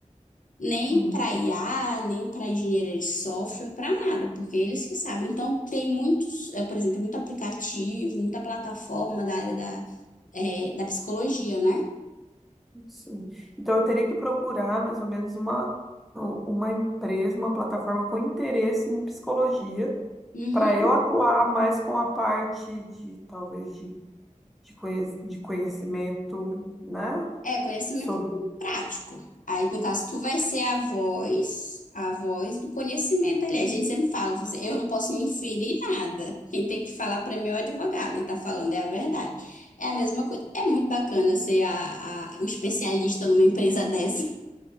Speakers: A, on the left (about 75°); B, in the centre.
A: nem
B: Hum,
A: para IA, nem para engenharia de software, para nada, porque eles que sabem. Então, tem muitos, eh, por exemplo, tem muito aplicativo, muita plataforma da área da, eh, da psicologia, né?
B: sim. Então eu teria que procurar mais ou menos uma, uma empresa, uma plataforma com interesse em psicologia,
A: Uhum.
B: para eu atuar mais com a parte de, talvez, de, de, conhec- de conhecimento, né?
A: É conhecimento
B: Sobre
A: prático. Aí, no caso, tu vai ser a voz, a voz do conhecimento ali. A gente sempre fala, você, eu não posso me inferir nada. Quem tem que falar para mim é o advogado, e tá falando é a verdade. É a mesma coisa. É muito bacana ser a, a- o especialista numa empresa <laughs> dessa.